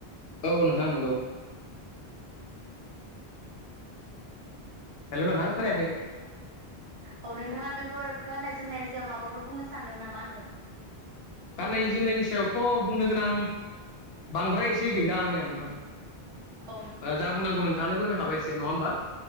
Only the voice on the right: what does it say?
औ नोंथाङा बेफोर ख गान्नाय जोमनायनि सायाव माबाफोर बुंनो सानदों नामा होनदों
औ